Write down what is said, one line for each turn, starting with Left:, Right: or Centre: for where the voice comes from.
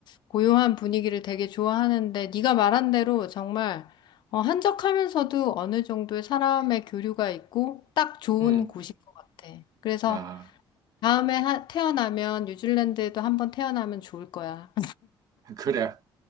Left: 고요한 분위기를 되게 좋아하는데, 네가 말한 대로 정말, 어, 한적하면서도 어느 정도의 사람의 교류가 있고, 딱 좋은
Right: 음.
Left: 곳인 것 같아. 그래서
Right: 아,
Left: 다음에 하- 태어나면, 뉴질랜드에도 한번 태어나면 좋을 거야.
Right: <laughs> 그래.